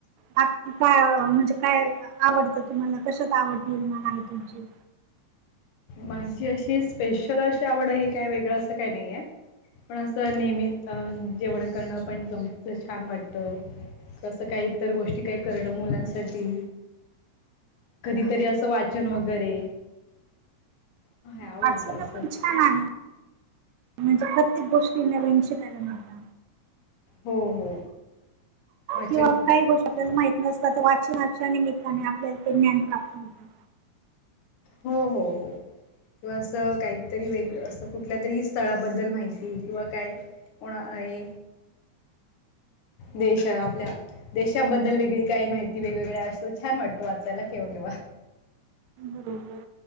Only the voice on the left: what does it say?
माझी अशी स्पेशल अशी आवड आहे काय वेगळं असं काही नाहीये. पण असं नेहमी जेवण करणं पण जमचं छान वाटत. कसं काही इतर गोष्टी काही करणं मुलांसाठी कधीतरी असं वाचन वगैरे हाय आवडतं
असं.
हो हो. वाचन
पण
छान
आहे.
हो.
हो हो हो किंवा असं काहीतरी वेग असं कुठ? कुठल्या तरी स्थळाबद्दल माहिती किंवा काय कोणा आहे. देश आपल्या देशाबद्दल वेगळी काही माहिती वेगवेगळे असतो छान वाटतो आपल्याला केव्हा केव्हा